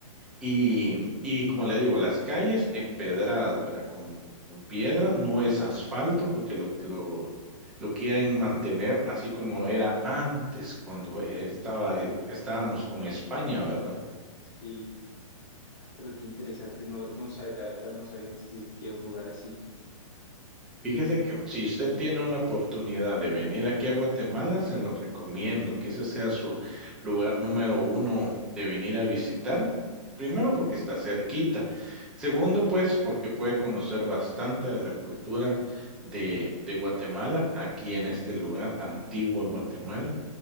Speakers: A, in the centre; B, on the left.
A: Y, y como le digo, las calles empedradas, ¿verdad? Con, con piedra, no es asfalto porque lo, lo, lo quieren mantener así como era antes cuando estaba, estábamos con España, ¿verdad?
B: Sí, Ah, pero qué interesante, no, no sabe, la verdad no sabía que existía un lugar así.
A: Fíjese que si usted tiene una oportunidad de venir aquí a Guatemala, se lo recomiendo que ese sea su lugar número uno de venir a visitar. Primero porque está cerquita. Segundo, pues porque puede conocer bastante de la cultura de, de Guatemala aquí en este lugar, Antigua Guatemala.